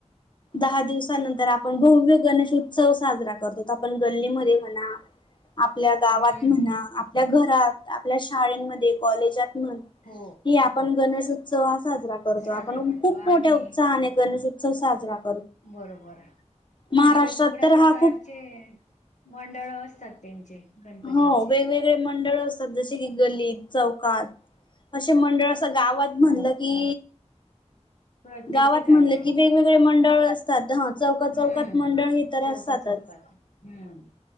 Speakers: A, on the left; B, on the left.
A: दहा दिवसानंतर आपण भव्य गणेश उत्सव साजरा करतो आपण गल्लीमध्ये म्हणा आपल्या गावात
B: हम्म
A: म्हणा आपल्या घरात आपल्या शाळमध्ये कॉलेजात ह
B: हो
A: आपण गणेशोत्स साजरा करतो
B: साजरा
A: आपण
B: करतो
A: खूप
B: आणि
A: मोठ्या उत्साहाने गणेश उत्सव साजरातो
B: बरोबर
A: महाराष्ट्रात
B: आणि वेगवेगळ्या
A: तर
B: प्रकारचे
A: हा खूप
B: मंडळ असतात त्यांचे गणपतींचे
A: हो वेगवेगळे मंडळ असतात जसे की गलत चौकात असे मंडळ अस गावात म्हणलं
B: हो
A: की
B: प्रत्येक
A: गावात
B: ठिकाणी
A: म्हणलं की वेगवेगळे मंडळ असतात ह चौकात
B: हम्म
A: चौकात मंडळ हे तर
B: चौका
A: असतातच
B: हम्म